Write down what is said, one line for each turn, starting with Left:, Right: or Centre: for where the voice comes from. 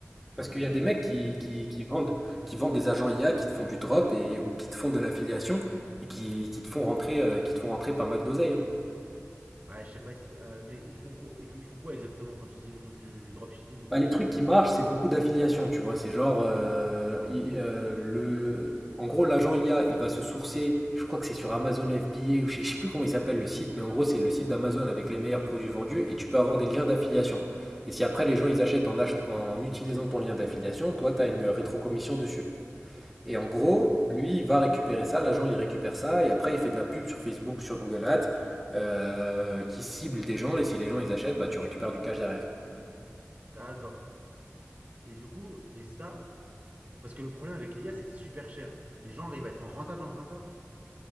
Right: Tu
Centre: Parce
Right: vois,
Centre: qu'il
Right: et je,
Centre: y a des mecs qui, qui- qui vendent, qui vendent des agents IA, qui te font du drop et, ou qui te font de l'affiliation et qui, qui te font rentrer, euh, qui te font rentrer pas mal d'oseille. hein.
Right: ouais, je sais pas, si euh, mais ils font, quoi, ils ils font quoi exactement quand tu dis ils font du, du dropshipping ou de
Centre: Bah,
Right: l'affiliation
Centre: les trucs qui marchent, c'est beaucoup d'affiliations, tu vois. C'est genre, euh, i- euh, le... en gros, l'agent I a, il va se sourcer, je crois que c'est sur Amazon FBA, ou je sais je sais plus comment il s'appelle le site, mais en gros, c'est le site d'Amazon avec les meilleurs produits vendus, et tu peux avoir des liens d'affiliation. Et si après, les gens, ils achètent en, ach- en utilisant ton lien d'affiliation, toi, tu as une rétrocommission dessus. Et en gros,
Right: Ouais,
Centre: lui, il va récupérer ça, l'agent, il récupère ça, et après, il fait de la pub sur Facebook, sur Google Ads, euh, qui cible des gens, et si les gens, ils achètent, bah, tu récupères du cash derrière.
Right: d'accord. Et du coup, mais ça, parce que le problème avec l'IA, c'est que c'est super cher. Les gens arrivent à être en rentable en faisant ça